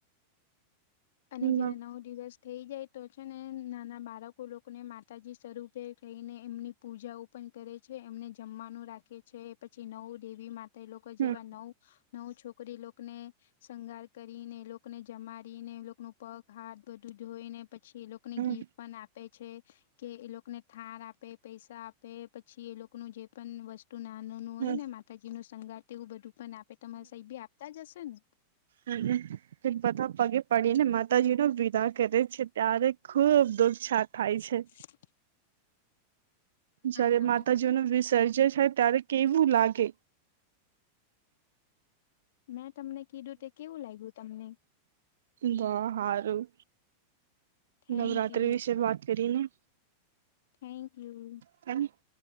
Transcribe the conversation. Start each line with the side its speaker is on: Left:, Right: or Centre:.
Left: અને જ્યારે
Right: હમ
Left: ન દિવસ થઈ જાય તો છે ને, નાના બાળકો લોકોને માતાજી સ્વરૂપે થઈને એમની પૂજાઓ પણ કરે છે, એમને જમવાનું રાખે છે, પછી નવ દેવી મા એ લોકો જેવા
Right: હમ
Left: નવ નવ છોકરી લોકને શૃંગાર કરીને એ લોકો એકને જમારીને, એ લોકો નું પગ હાથ બધું ધોઈને, પછી એ લોકોને
Right: હમ
Left: ગીફ્ટ પણ આપે. છે કે એ લોકોને થાર આપે, પૈસા આપે, પછી એ લોકનું જે પણ વસ્તુ. હું નાનો નું હોય
Right: હમ
Left: ને, માતાજી નું શણગાર, તે એવું બધું પણ આપે. તમારા સાહેબી આપતા જ હશે ને?
Right: હમમ. તે બધા પગે પડીને માતાજી નો વિદા કરે છે, ત્યારે ખુબ દુખછા થાય છે.
Left: શ <unintelligible>
Right: જયારે
Left: તમે
Right: માતાજીઓ
Left: કીધું
Right: ન વિસર્જ થાય ત્યારે કેવું લાગે.
Left: મેં તમને કીધું તે કેવું લાગ્યું તમને?
Right: વાહ, હારું.
Left: થેન્ક
Right: નવરાત્રી
Left: યુ
Right: વિશે વાત કરીને.
Left: Thank you.
Right: ત <unintelligible>